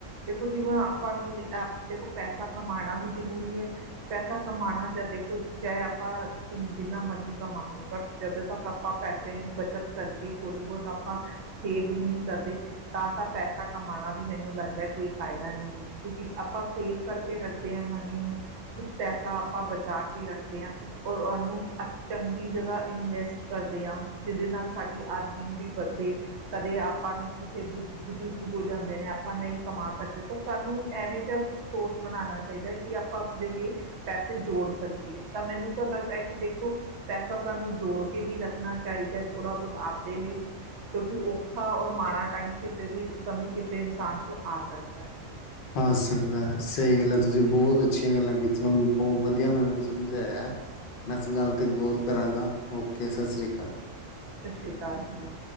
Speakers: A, on the right (about 65°); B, on the left (about 60°).
A: ਦੇਖੋ ਜਿਵੇਂ, ਆਪਾਂ ਨੂੰ ਦੇਖੋ ਪੈਸਾ ਕਮਾਉਣਾ ਵੀ ਜ਼ਰੂਰੀ ਹੈ। ਪੈਸਾ ਕਮਾਉਣਾ, ਜਾਂ ਦੇਖੋ ਚਾਹੇ ਆਪਾਂ ਜਿੰਨਾ ਮਰਜੀ ਕਮਾ ਲਉ। ਪਰ ਜਦੋਂ ਤੱਕ ਆਪਾਂ ਪੈਸੇ ਨੂੰ ਬੱਚਤ ਕਰਕੇ ਥੋੜ੍ਹੀ ਬਹੁਤ ਆਪਾਂ ਸੇਵ ਨਹੀਂ ਕਰਦੇ, ਤਾਂ, ਤਾਂ ਪੈਸਾ ਕਮਾਉਣਾ ਵੀ ਮੈਨੂੰ ਲੱਗਦਾ ਕੋਈ ਫਾਇਦਾ ਨਹੀਂ ਹੈ, ਕਿਉਂਕਿ ਆਪਾਂ ਸੇਫ ਕਰਕੇ ਰੱਖਦੇ ਹਾਂ ਮਨੀ ਨੂੰ, ਕੁੱਝ ਪੈਸਾ ਆਪਾਂ ਬਚਾ ਕੇ ਰੱਖਦੇ ਹਾਂ। ਔਰ ਉਹਨੂੰ ਅ ਚੰਗੀ ਜਗ੍ਹਾ ਇਨਵੈਸਟ ਕਰਦੇ ਹਾਂ, ਜਿਹਦੇ ਨਾਲ ਸਾਡੀ ਅਰਨਿੰਗ ਵੀ ਵੱਧੇ। ਕਦੇ, ਆਪ ਆਪਾਂ, ਨੂੰ ਕਿੱਥੇ ਬਜ਼ੁਰਗ ਹੋ ਜਾਂਦੇ ਨੇ, ਆਪਾਂ ਨਹੀਂ ਕਮਾ ਸਕਦੇ ਤਾਂ ਸਾਨੂੰ ਐਵੇਂ ਜਿਹਾ ਕੁਛ ਸੋਰਸ ਬਣਾਉਣਾ ਚਾਹੀਦਾ ਕਿ, ਆਪਾਂ ਆਪਦੇ ਲਈ ਪੈਸੇ ਜੋੜ ਸਕੀਏ, ਤਾਂ ਮੈਨੂੰ ਤਾਂ ਲੱਗਦਾ ਹੈ ਕਿ ਦੇਖੋ ਪੈਸਾ ਸਾਨੂੰ ਜੋੜ ਕੇ ਵੀ ਰੱਖਣਾ ਚਾਹੀਦਾ, ਥੋੜ੍ਹਾ ਬਹੁਤ ਆਪਦੇ ਲਈ, ਕਿਉਂਕਿ ਔਖਾ ਔਰ ਮਾੜ ਟਾਈਮ ਕਿਸੇ ਵੀ ਸਮੇਂ ਕਿਸੇ ਇਨਸਾਨ ਚ ਆ ਸਕਦਾ ਹੈ।
B: ਆ ਸਕਦਾ ਸਹੀ ਗੱਲ ਹੈ ਤੁਸੀਂ ਬਹੁਤ ਅੱਛੀਆਂ ਗੱਲਾਂ ਕੀਤੀਆਂ ਬਹੁਤ ਵਧੀਆ ਮੈਨੂੰ ਸਮਝਾਇਆ ਮੈਂ ਇਸ ਗੱਲ ਤੇ ਗੌਰ ਕਰਾਂਗਾ ਓਕੇ ਸਤਿ ਸ਼੍ਰੀ ਅਕਾਲ
A: ਸਤਿ ਸ਼੍ਰੀ ਅਕਾਲ ਜੀ